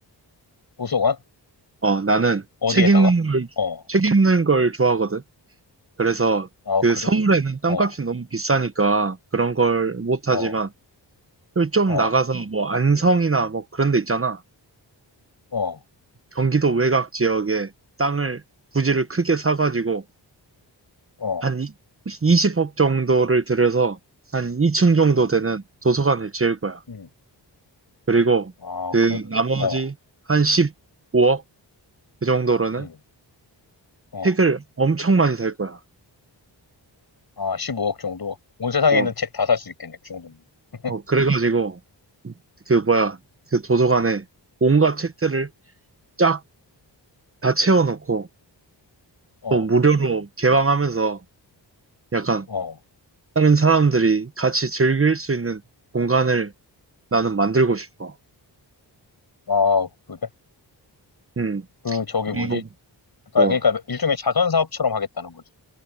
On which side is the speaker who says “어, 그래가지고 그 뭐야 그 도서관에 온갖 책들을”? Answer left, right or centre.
Right